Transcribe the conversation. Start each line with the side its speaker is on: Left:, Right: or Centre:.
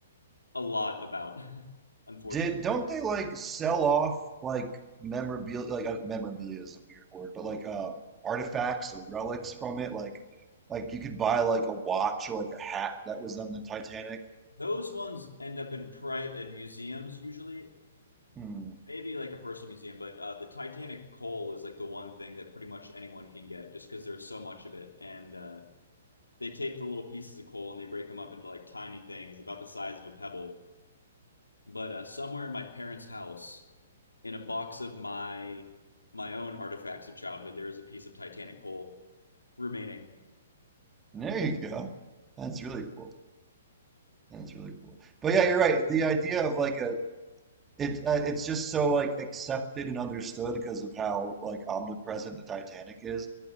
Left: a lot about, <laughs> unfortunately.
Right: Did don't they like sell off like memorabilia? Like uh, memorabilia is a weird word, but like uh, artifacts or relics from it. Like like you could buy like a watch or like a hat that was on the Titanic.
Left: Those ones end up in private in museums usually,
Right: Hmm.
Left: maybe like a personal museum, but uh, the Titanic coal is like the one thing that pretty much anyone can get just because there's so much of it. And uh, they take the little pieces of coal and they break them up into like tiny things about the size of a pebble. But uh, somewhere in my parents' house, in a box of my my own artifacts of childhood, there is a piece of Titanic coal remaining.
Right: There you go. That's really cool. That's really cool. But yeah, you're right. The idea of like a it uh, it's just so like accepted and understood because of how like omnipresent the Titanic is.